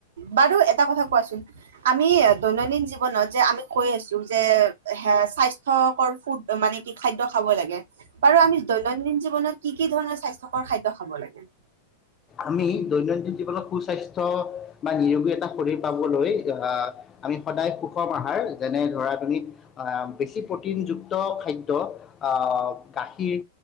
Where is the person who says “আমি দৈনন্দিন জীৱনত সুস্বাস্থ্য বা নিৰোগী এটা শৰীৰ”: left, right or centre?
Left